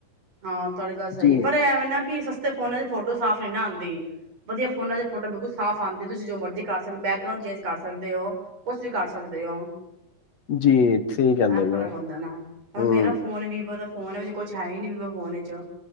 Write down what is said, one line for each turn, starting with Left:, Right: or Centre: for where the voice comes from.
Right: ਹਾਂ ਤੁਹਾਡੀ ਗੱਲ ਸਹੀ
Left: ਜੀ
Right: ਹੈ ਪਰ ਐਵੇਂ ਨਾ ਕਿ ਸਸਤੇ ਫੋਨਾਂ ਚ ਫੋਟੋ ਸਾਫ਼ ਨੀ ਨਾ ਆਉਂਦਾ ਵਧੀਆ ਫੋਨਾ ਦੇ ਫੋਟੋ ਬਿਲਕੁਲ ਸਾਫ਼ ਆਉਂਦੀ ਤੁਸੀਂ ਜੋ ਮਰਜੀ ਕਰ ਸਕਦੇ ਹੋ ਬੈਕਗਂਡ ਚੇਂਜ ਕਰ ਸਕਦੇ ਹੋ ਕੁਛ ਵੀ ਕਰ ਸਕਦੇ ਹੋ
Left: ਜੀ ਸਹੀ ਕਹਿੰਦੇ
Right: ਆ
Left: ਪਏ
Right: ਫ਼ਰਕ
Left: ਹੋ
Right: ਹੁੰਦਾ ਨਾ ਹੁਣ
Left: ਹਮ
Right: ਮੇਰਾ ਫੋਨ ਵੀਵੋ ਦਾ ਫੋਨ ਵ ਵਿੱਚ ਕੁਛਏ ਨੀ ਹੋੋਨ ਜੋ